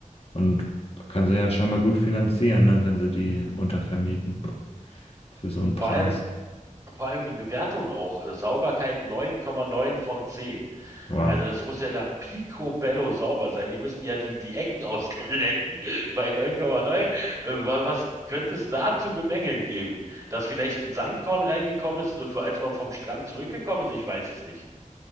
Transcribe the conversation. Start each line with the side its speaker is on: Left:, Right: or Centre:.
Left: Und können sie ja scheinbar gut finanzieren, ne, wenn sie die untervermieten für so einen Preis.
Right: Vor allem, vor allem die Bewertung auch. Äh, Sauberkeit 9,9 von 10.
Left: Wow,
Right: Also das muss ja da picobello sauber sein. Die müssen ja die, die Ecken auslecken <laughs> bei 9,9. Äh, wa- Was könnte es da zu bemängeln geben? Dass vielleicht ein Sandkorn reingekommen ist, äh, als man vom Strand zurückgekommen ist? Ich weiß es nicht.